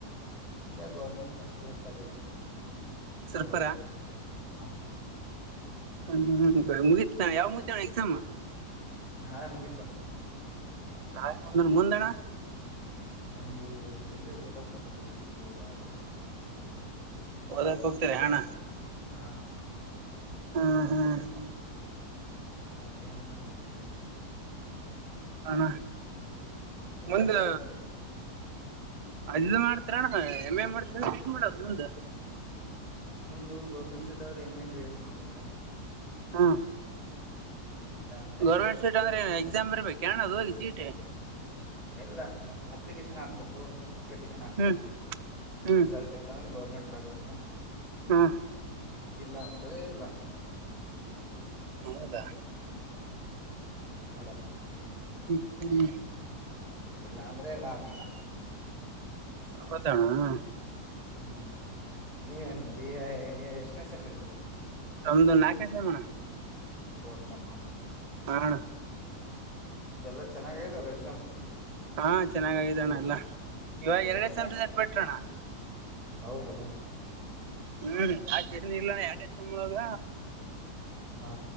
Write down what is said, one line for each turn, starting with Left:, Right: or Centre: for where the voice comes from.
Left: ಇಲ್ಲೇ ಗೌರ್ಮೆಂಟ್ ಪೋಸ್ಟ್ ಗ್ರೇಡ್ ಕಾಲೇಜ್
Right: ಸರ್ಪರ
Left: ಸೋರಪುರ್ ಹಾ
Right: ಹ್ಮ ಹ್ಮ ಮುಗಿತ ಯಾವ್ ಮುಗಿತಣ್ಣ ಎಕ್ಸಾಮ್
Left: ನಾಳೆ ಮುಹಿತ
Right: ನಾಳೆ ಮುಂದ ಮುಂದಣ
Left: ಮುಂದ ಎಲ್ಲೇ ಓದಕ್ ಹೋಗ್ಬೇಕು ಬಿಜಾಪುರ ಧಾರವಾಡ
Right: ಓದಕ್ ಹೋಗ್ತರಿ ಅಣ
Left: ಹಾ
Right: <inaudible>
Left: ಮತ್ತ ಏನ್ ಮಾಡಕತ್ತರಿ
Right: ಅಣ
Left: ಊಟ
Right: ಮುಂದೆ
Left: ಗಿಟ
Right: ಅಲ್ ಮಾಡ್ತೀರಾ ಅಣ ಎಂ ಎ ಏನ್ ಮಾಡ್ತೀರಾ ಮುಂದು
Left: ಮುಂದು ಗೌರ್ಮೆಂಟ್ ಸೀಟ್ ಆದ್ರೆ ಎಮ್ ಎ ಬಿ ಎಡ್ ಮಾಡ್ಬೇಕು
Right: ಹಾ
Left: ಇಲ್ಲ ಅಂದ್ರೆ
Right: ಗೌರ್ಮೆಂಟ್
Left: ಇಲ್ಲ
Right: ಸೀಟ್ ಅಂದ್ರೆ ಎಕ್ಸಾಮ್ ಬರಿಬೇಕ ಅಣ್ಣ ಅದು ಹೋಗಿ ಸೀಟ
Left: ಎಲ್ಲ ಅಪ್ಲಿಕೇಶನ್ ಹಾಕ್ಬೇಕು ಅಪ್ಲಿಕೇಶನ್ ಹಾಕ್ಬೇಕು
Right: ಹ್ಮ್ ಹ್ಮ್
Left: ರಿಸಲ್ಟ್ ಇತ್ತ ಅಂದ್ರೆ ಗೌರ್ಮೆಂಟ್ ಆಗತ್ತಾ
Right: ಹಾ
Left: ಇಲ್ಲ ಅಂದ್ರೆ ಇಲ್ಲ
Right: ಹೌದಾ
Left: ಹಲೋ
Right: ಹ <unintelligible>
Left: ಇಲ್ಲ ಅಂದ್ರೆ ಎಲ್ಲ ಆಗಲ್ಲ
Right: ಹೌದ ಅಣ್ಣ
Left: ಹ್ಮ್ ನೀವೇನು ಬಿ ಎ ಎಷ್ಟನೇ ಸೇಮ್ ಇದು
Right: ನಮ್ದು ನಾಲ್ಕನೇ ಸೇಮ್ ಅಣ್ಣ
Left: ಪೋರ್ ಸೇಮ್ ಆ
Right: ಹ ಅಣ್ಣ
Left: ಎಲ್ಲ ಚೆನ್ನಾಗ ಆಗ್ಯಾದಲ್ಲಾ ಎಕ್ಸಾಮ್
Right: ಹಾ ಚೆನ್ನಾಗ್ ಆಗಿದೆ ಅಣ್ಣ ಎಲ್ಲ ಇವಾಗ ಎರಡ
Left: ಏನು
Right: <unintelligible>
Left: ಬ್ಯಾ
Right: ಬಿಟ್ರೋಣ್ಣ
Left: ಹೌದು
Right: ಹ್ಮ್ ಯಾಕೆ ಏನ ಇಲ್ಲಾ ಅಣ್ಣ ಎರಡೇ ಸೇಮ್ ಒಳಗ
Left: ಹಾ